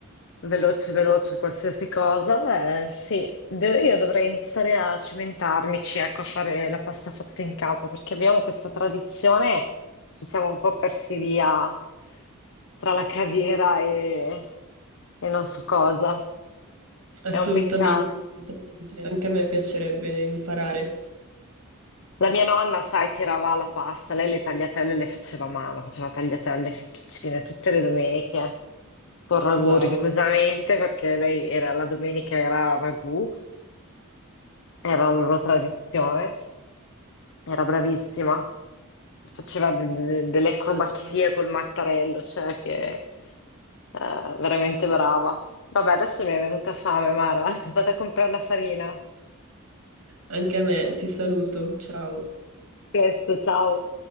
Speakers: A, on the left; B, on the right.
A: veloce, veloce, qualsiasi cosa. eh, sì, De- io dovrei iniziare a cimentarmici, ecco, a fare la pasta fatta in casa, perché abbiamo questa tradizione, ci siamo un po' persi via tra la carriera e e non so cosa.
B: assolutamente,
A: È un peccato.
B: assolutamente. Anche a me piacerebbe imparare.
A: La mia nonna, sai, tirava la pasta, lei le tagliatelle le faceva a mano, faceva tagliatelle, fettuccine tutte le domeniche, con ragù
B: Wow,
A: rigorosamente, perché lei era, la domenica era ragù, era la loro tradizione, era bravissima, faceva de- de- delle acrobazie
B: immagino.
A: col mattarello, cioè che eh, veramente brava. Vabbè, adesso mi è venuta fame, Mara, <laughs> vado a comprare la farina. A
B: Anche a me, ti saluto, ciao.
A: Presto, ciao.